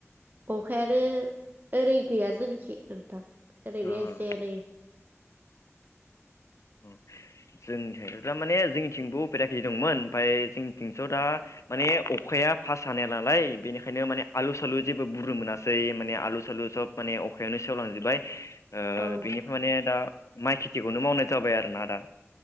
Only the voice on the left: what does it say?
अ
जोंनिथाय दा माने जोंनिथिंबो उफेरा खेथि दंमोन ओमफ्राय जोंनिथिंथ दा माने अखाया फास हानाया नालाय बेनिखायनो माने आलु सालु जेबो बुरुनो मोनासै माने आलु सालु सब माने अखायानो सेवलांजोबबाय। ओ
बेनिफ्राय माने दा माइ खि खेथि खौनो मावनाय जाबाय आरोना दा